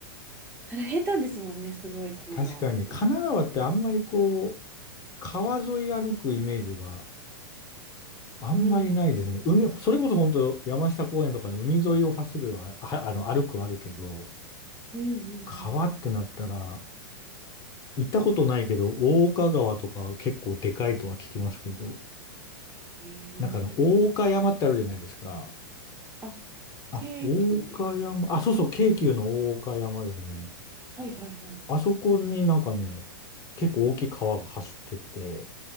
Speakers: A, on the right (about 20°); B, on the left (about 30°).
A: あれ、下手ですもんね、すごい、多摩川って、
B: 確かに、神奈川ってあんまりこう、
A: やっぱり。
B: 川沿い歩くイメージはあんまりないですね。
A: うん。
B: 海、それこそ本当山下公園とかの海沿いを走るは、は、あの、歩くはあるけど、
A: うんうんうんうん。
B: 川ってなったら、行ったことないけど、大岡川とか結構でかいとは聞きますけど、
A: へ
B: なんかあの、
A: え。
B: 大岡山ってあるじゃないですか。
A: あ、
B: あ、
A: 京急でしたっけ
B: 大岡山、あ、そうそう、京急の大岡山ですね。
A: はいはいはい。
B: あそこになんかね、結構大きい川が走ってて、